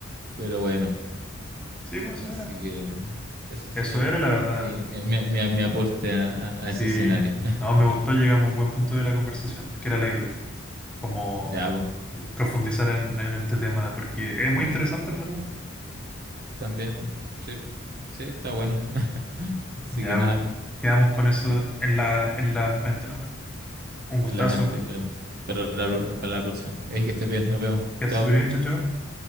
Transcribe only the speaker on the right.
Pero bueno,
así
que eso sería
mi, mi- mi- mi- mi aporte a, a-
a ese escenario.
<laughs>
Ya,
pues.
También, pues, sí, sí, está bueno. <laughs> Así
que nada,
pues,
ya,
en la mente, claro. Pero la- para la próxima. Ahí que estés bien, nos vemos.
Chao.